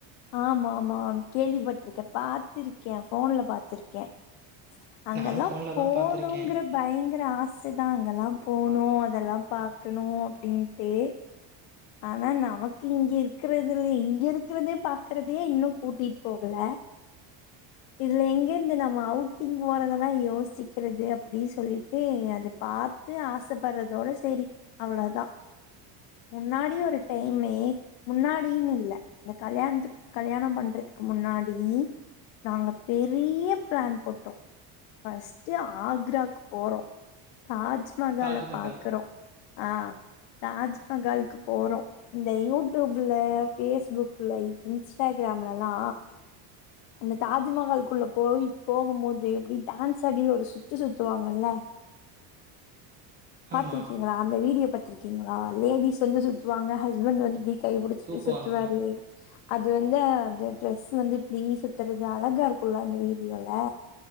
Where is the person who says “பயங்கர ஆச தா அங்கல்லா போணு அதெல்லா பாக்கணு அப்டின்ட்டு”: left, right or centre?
Left